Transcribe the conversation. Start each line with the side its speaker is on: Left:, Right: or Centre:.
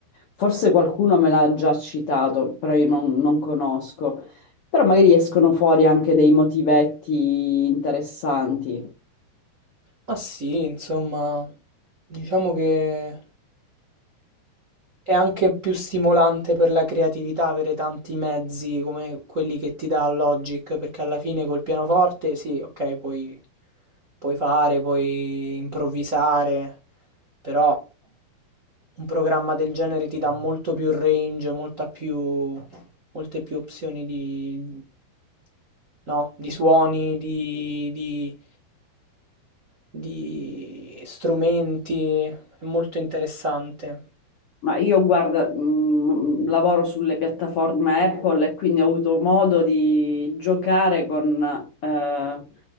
Left: forse qualcuno me l'ha già citato, però io non non conosco. Però magari escono fuori anche dei motivetti interessanti.
Right: Ma sì, insomma, diciamo che... È anche più stimolante per la creatività avere tanti mezzi come quelli che ti dà Logic, perché alla fine col pianoforte sì, ok, puoi, puoi fare, puoi improvvisare, però un programma del genere ti dà molto più range, molta più, molte più opzioni di, no, di suoni, di, di, di strumenti, è molto interessante.
Left: Ma io guarda, mh, lavoro sulle piattaforme Apple e quindi ho avuto modo di giocare con, eh,